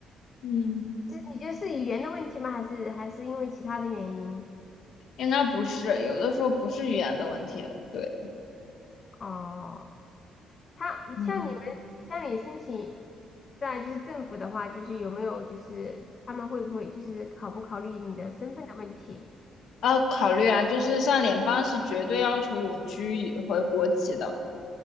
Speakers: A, on the left; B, on the left.
A: 嗯，
B: 这你觉得是语言的问题吗？还是还是因为其他的原因？
A: 应该不是，有的时候不是语言的问题，对，
B: 哦，他像你们像你申请
A: 嗯，
B: 在就是政府的话，就是有没有就是他们会不会就是考不考虑你的身份的问题？
A: 要考虑啊，就是像联邦是绝对要求永居回国籍的。